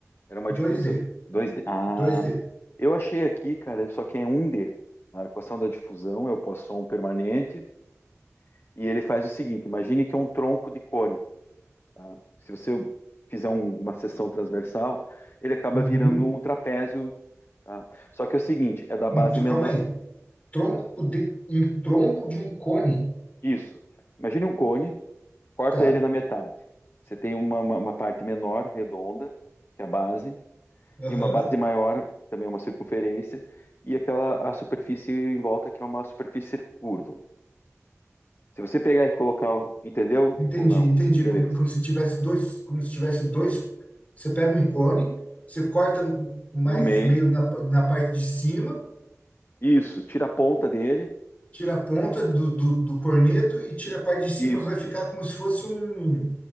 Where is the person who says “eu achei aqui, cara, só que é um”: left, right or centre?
Left